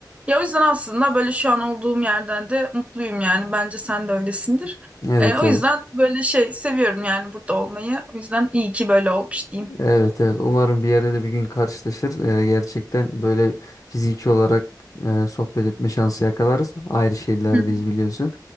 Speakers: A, on the right (about 15°); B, on the left (about 50°).
A: Ya o yüzden aslında böyle şu an olduğum yerden de mutluyum yani. Bence sen de öylesindir.
B: Evet
A: E, o
B: evet.
A: yüzden böyle şey seviyorum yani burada olmayı. O yüzden iyi ki böyle olmuş diyeyim.
B: Evet evet. Umarım bir yerde de bir gün karşılaşır. Ee, gerçekten böyle fiziki olarak e, sohbet etme şansı yakalarız. Ayrı şehirlerdeyiz
A: Hı hı.
B: biliyorsun.